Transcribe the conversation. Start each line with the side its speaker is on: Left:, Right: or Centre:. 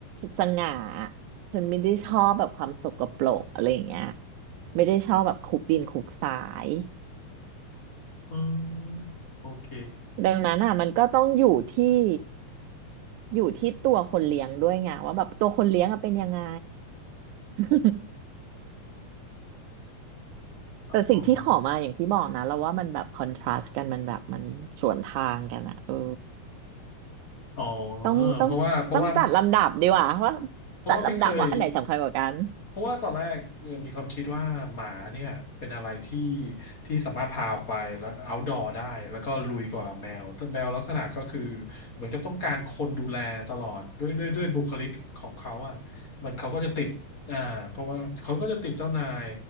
Right: สง่าฉันไม่ได้ชอบแบบความสกปรกอะไรอย่างเงี้ยไม่ได้ชอบแบบคุกดินคุกสาย
Left: อืมโอเค
Right: ดังนั้นอ่ะมันก็ต้องอยู่ที่อยู่ที่ตัวคนเลี้ยงด้วยไงว่าแบบตัวคนเลี้ยงอะเป็นยังไง <laughs> แต่สิ่งที่ขอมาอย่างที่บอกนะเราว่ามันแบบคอนทราสต์กันมันแบบมันสวนทางกันอ่ะเออ
Left: อ๋ออ๋อ
Right: ต้องต้องต้องจัดลำดับดีกว่าว่า
Left: เพราะว่าเพราะว่าเพราะว่าไม่เคย
Right: จัดลำดับว่าอันไหนสำคัญกว่ากัน
Left: เพราะว่าตอนแรกเอ่อมีความคิดว่าหมาเนี่ยเป็นอะไรที่ที่สามารถพาออกไปแล้ว outdoor ได้แล้วก็ลุยกว่าแมวแต่แมวลักษณะก็คือเหมือนกับต้องการคนดูแลตลอดด้วยด้วยด้วยบุคลิกของเขาอ่ะมันเขาก็จะติดอ่าเพราะว่าเขาก็จะติดเจ้านาย